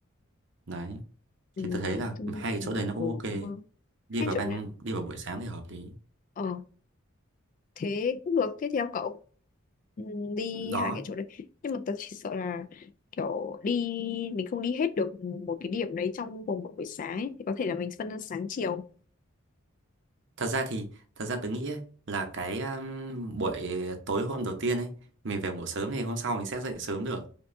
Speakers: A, on the right; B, on the left.
A: đấy
B: ừ,
A: thì tớ thấy là
B: đúng,
A: hai cái chỗ
B: đúng,
A: đấy nó cũng
B: đúng,
A: ok
B: đúng.
A: đi
B: hay
A: vào
B: chợ
A: ban
B: đêm
A: đi vào buổi sáng thì hợp lý
B: ờ thế cũng được thế thì theo cậu ừ, đi
A: đó
B: hai cái chỗ đấy nhưng mà tớ chỉ sợ là kiểu đi mình không đi hết được một cái điểm đấy trong vòng một buổi sáng ấy. thì có thể là mình phân ra sáng chiều
A: thật ra thì thật ra tớ nghĩ ấy, là cái um, buổi tối hôm đầu tiên ấy mình về ngủ sớm thì hôm sau mình sẽ dậy sớm được